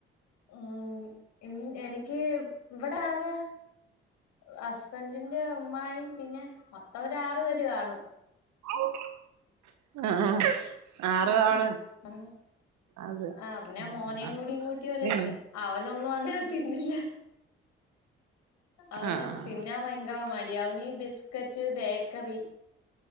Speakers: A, on the left; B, on the right.
A: ഉം ഇ എനിക്ക് ഇവിടെ ആകെ ഹസ്ബൻഡിന്റെ ഉമ്മായും പിന്നെ മൊ ത്തവൊരു ആറു പേര് കാണും
B: ആഹ് ആഹ് ആറ്
A: കാണും
B: ആള്
A: ആഹ്
B: അതെ
A: ആഹ് പിന്നെ
B: ആഹ്
A: മോനേം കൂടിയും കൂട്ടിയോര്
B: പിന്നെ
A: അവനൊന്നും അങ്ങന തിന്നില്ല അവന്
B: ആഹ്
A: തിന്നാൻ ഭയങ്കര മടിയ അവനീ ബിസ്കറ്റ് ബേക്കറി